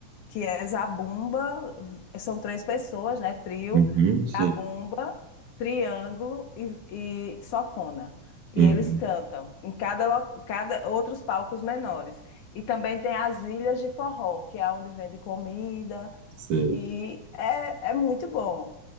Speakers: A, on the left (about 80°); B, on the right (about 80°).
A: que é Zabumba, são três pessoas, né? Trio,
B: Uhum,
A: Zabumba,
B: sim,
A: Triângulo e, e Sofona. E
B: uhum,
A: eles cantam em cada, lo- cada outros palcos menores. E também tem as Ilhas de Forró, que é onde vende comida.
B: sim.
A: E é, é muito bom.